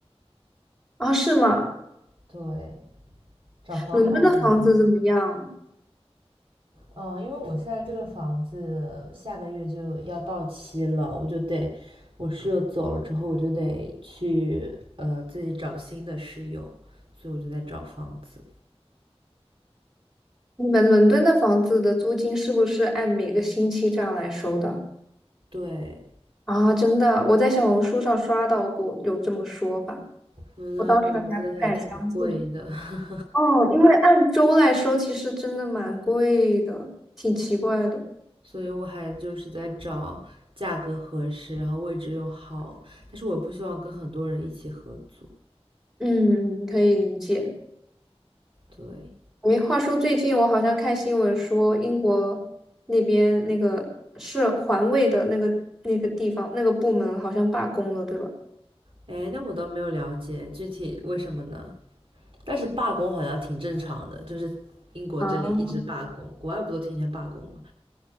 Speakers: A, in the centre; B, on the right (about 55°).
A: 啊，是吗？
B: 对，找房好难。
A: 伦敦的房子怎么样？
B: 嗯，因为我现在这个房子下个月就要到期了，我就得，我室友走了之后，我就得去呃自己找新的室友，所以我就在找房子。
A: 你们伦敦的房子的租金是不是按每个星期这样来收的？
B: 对，
A: 啊，真的，我在小红书上刷到过有这么说法，
B: 我的房子还挺贵的，
A: 我当时还不敢相信。
B: <laughs>
A: 哦，因为按周来收，其实真的蛮贵的，挺奇怪的。
B: 所以我还就是在找价格合适，然后位置又好，但是我不希望跟很多人一起合租。
A: 嗯，嗯可以理解。
B: 对，
A: 诶，话说最近我好像看新闻说，英国那边那个是环卫的那个那个地方那个部门好像罢工了，对吧？
B: 哎，那我倒没有了解具体为什么呢？但是罢工好像挺正常的，就是英国这里一直罢工，
A: 啊，
B: 国外不都天天罢工吗？